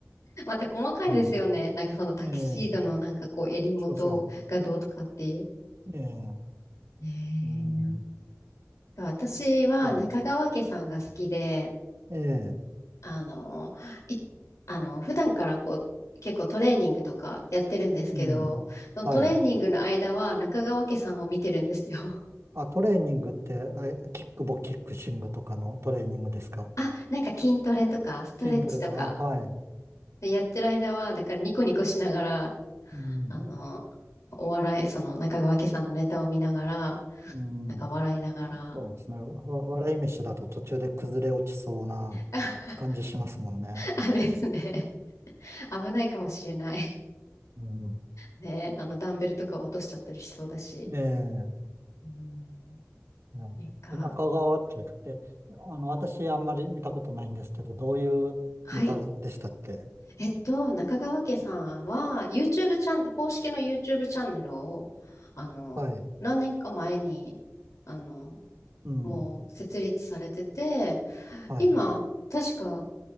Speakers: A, on the left; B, on the right.
A: また細かいですよね。
B: うん。
A: なんかそのタキシードのなんかこう襟元がどうとかっていう。
B: ええ、そうそう。ええ、
A: えー、
B: うん、
A: 私は中川家さんが好きで、
B: そう。ええ、
A: あの、い、あの、普段からこう、結構トレーニングとかやってるんですけど、
B: うん、
A: そのトレーニングの間は中川家さんを見てるんですよ。
B: はい。
A: <laughs>
B: あ、トレーニングって、あキックボキックシングとかのトレーニングですか
A: あ、なんか筋トレとかストレッチとか
B: 筋トレとか、あ、はい。
A: でやってる間は、だからニコニコしながら、
B: うん、
A: あの、お笑い、その中川家さんのネタを見ながら、
B: うん。
A: なんか笑いながら、
B: そうですね。わ笑い飯だと途中で崩れ落ちそうな
A: <laughs>
B: 感じしますもんね。
A: あれですね、<laughs> 危ないかもしれない。
B: うん。
A: ね、あの、ダンベルとか落としちゃったりしそうだし、
B: ええ
A: うん
B: うんえ中川って言って、
A: なんか、
B: あの、私あんまり見たことないんですけど、どういうネタでしたっけ
A: はい。えっと、中川家さんは、YouTube チャン、公式の YouTube チャンネルを、あの、
B: はい。
A: 何年か前に、あの、
B: うん。
A: もう設立されてて、
B: はい。
A: 今、確か